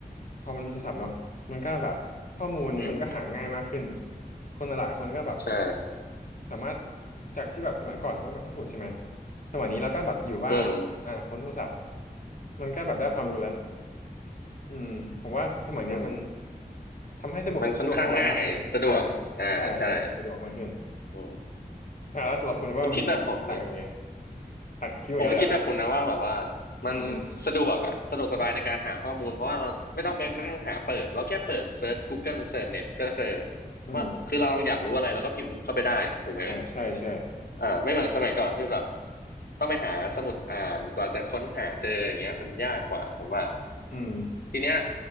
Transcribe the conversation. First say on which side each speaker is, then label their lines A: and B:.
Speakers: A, on the left (about 55°); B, on the left (about 75°).
A: พอมันมีโทรศัพท์เนาะมันก็แบบข้อมูลมันก็หาง่ายมากขึ้น
B: อืม
A: คนหลายๆคนก็แบบ
B: ใช่
A: สามารถจากที่แบบสมัยก่อนเราต้องไปห้องสมุดใช่ไหมสมัยนี้เราก็แบบอยู่บ้านอ่าค้นโทรศัพท์
B: อืม
A: มันก็แบบได้ความรู้แล้วอืมผมว่าสมัยเนี้ยมัน
B: อืม
A: ทำให้สะดวกสะดวกสบายมากขึ้นอ่า
B: มันค่อนข้างง่ายสะดวกอ่าใช่
A: ใช่ใช่สะดวกมากขึ้น
B: อืม
A: อ่าแล้วสำหรับคุณว่ามันต่างยังไง
B: คุณคิดแบบผมเลย
A: อ่ะคิดเหมือนกันเลยอ่ะ
B: ผมก็คิดแบบคุณนะว่าแบบว่ามันสะดวกอะสะดวกสบายในการหาข้อมูลเพราะว่าเราไม่ต้องไปนั่งหาเปิดเราแค่เปิดเซิร์ช
A: อืมอืม
B: Google เซิร์ชเน็ตก็เจอ
A: อืม
B: ว่าคือเราอยากรู้อะไรเราก็พิมพ์เข้าไปได้ถูกไหม
A: อ่าใช่ใช่
B: อ่าไม่เหมือนสมัยก่อนที่แบบต้องไปหาสมุดอ่านกว่าจะค้นหาเจออย่างเงี้ยมันยากกว่าผมว่า
A: อืม
B: ทีเนี้ย